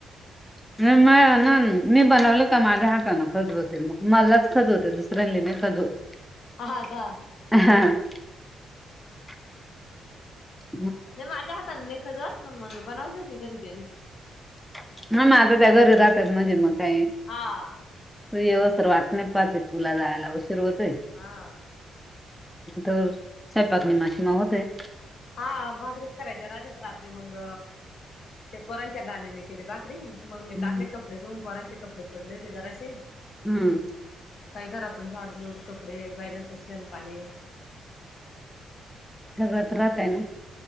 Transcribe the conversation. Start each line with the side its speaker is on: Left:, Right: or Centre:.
Centre: <unintelligible> मी बनवलं का माझ्या हातानं खजवते म मलाच खजवते दुसऱ्या लेना नाही खजवत.
Left: हा का?
Centre: <unintelligible>
Left: नाही माझ्या हाताने नाही खजरत म बनवली होती घरदी आणि
Centre: <unintelligible> राहत्यात म्हणजे मग काय.
Left: हा
Centre: त येव सर वाट नाही पाहते तुला जायला उशीर होतय.
Left: हा.
Centre: तर स्वयंपाक न माझी <unintelligible>
Left: हा भाकरीच करायच्या राज्या रात्री मग ते पोरांच्या गाण्याने केले भाकरी मग मी
Centre: हम्म
Left: टाकले कपडे धून पोरांचे कपडे पडले होते जराशे.
Centre: हम्म.
Left: काही घरातून झाडझुड कपडे बैलांच शेण पाणी.
Centre: सगळ्यात राहतय ना.